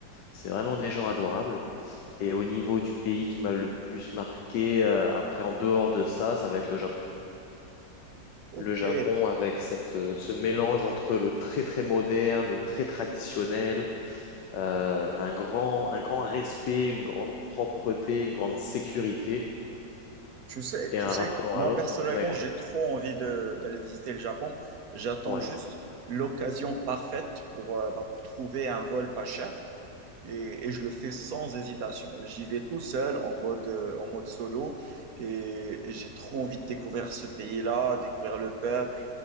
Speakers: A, on the left; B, on the right.
A: c'est vraiment des gens adorables. Et au niveau du pays qui m'a le plus marqué, euh, après, en dehors de ça, ça va être le Japon.
B: Ok.
A: Le Japon avec cette, euh, ce mélange entre le très très moderne, le très traditionnel, euh, un grand, un grand respect, une grande propreté, une grande sécurité
B: Tu sais,
A: et
B: tu
A: un
B: sais,
A: rapport
B: moi
A: à l'autre
B: personnellement,
A: très agréable.
B: j'ai trop envie de, d'aller visiter le Japon. J'attends
A: Ouais,
B: juste l'occasion parfaite pour, euh, bah, pour trouver un vol pas cher et, et je le fais sans hésitation. J'y vais tout seul en mode, euh, en mode solo et, et j'ai trop envie de découvrir ce pays-là, découvrir le peuple